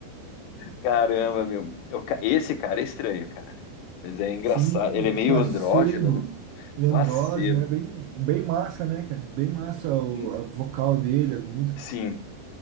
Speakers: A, on the left; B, on the right.
A: Caramba, meu. Eu ca- esse cara é estranho, cara. Mas é engraçado.
B: Sim,
A: Ele é
B: o
A: meio
B: placebo.
A: andrógeno, né?
B: Leandro,
A: Lacedo.
B: né? Bem, bem massa, né, cara? Bem massa o
A: Hum,
B: a vocal dele, as músicas.
A: Sim,